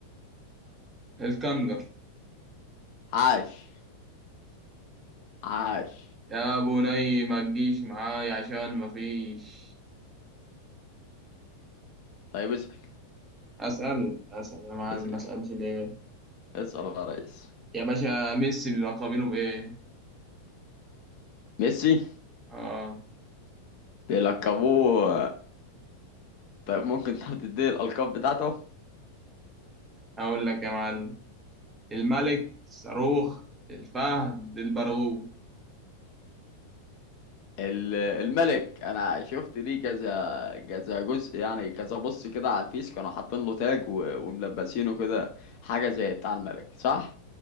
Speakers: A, on the right (about 20°); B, on the left (about 45°).
A: الكنجر
B: عاش عاش
A: يا بني ما تجيش معاي عشان ما فيش
B: طيب اسال
A: أسأل أسأل يا معلم
B: اسال
A: ما أسألش ليه
B: اسال يا ريس
A: يا باشا ميسي بيلقبينه بإيه
B: ميسي
A: آه
B: بيلقبوه طيب ممكن تحط دي الألقاب بتاعته
A: هقول لك يا معلم الملك الصاروخ الفهد البرغوث
B: ال- الملك أنا شفت ليه كذا كذا جزء يعني كذا بص كده على الفيس كانوا حاطين له تاج و- وملبسينه كده حاجة زي بتاع الملك صح؟